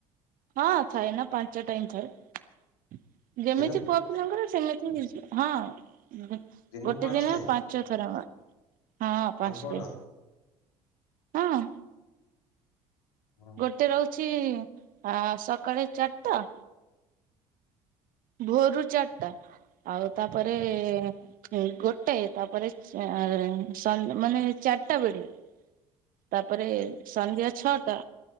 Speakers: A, on the right; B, on the left.
A: ହଁ ଥାଏ ନା ପାଞ୍ଚ ଟାଇମ୍ ଥାଏ ଯେମିତି
B: ଦିନକୁ
A: ପୁଅ ପିଲାଙ୍କର ସେମିତି ହଁ <inaudible>
B: ଦିନକୁ
A: ଗୋଟେ
B: ପାଞ୍ଚ
A: ଦିନ
B: ଟାଇମ୍?
A: ପାଞ୍ଚ ଥର ହଁ ପାଞ୍ଚ
B: ତମେ ପଢ
A: ଟାଇମ୍ ହଁ।
B: ହଁ
A: ଗୋଟେ ରହୁଛି ଆଁ ସକାଳେ ଚାରିଟା ଭୋରୁ ଚାରିଟା ଆଉ ତାପରେ ଏ ଗୋଟେ ତାପରେ ସେଏ ସ ଲ ମାନେ ଚାରିଟା ବେଳେ। ତାପରେ ସନ୍ଧ୍ୟା ଛଅଟା